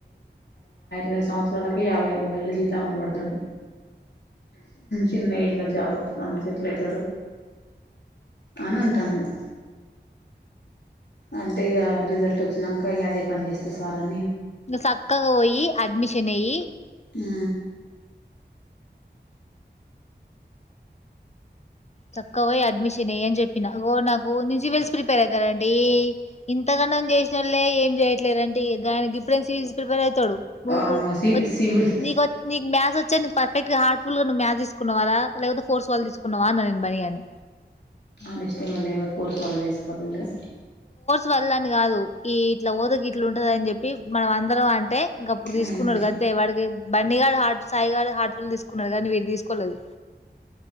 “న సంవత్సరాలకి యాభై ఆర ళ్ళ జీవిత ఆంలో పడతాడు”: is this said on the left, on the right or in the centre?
Left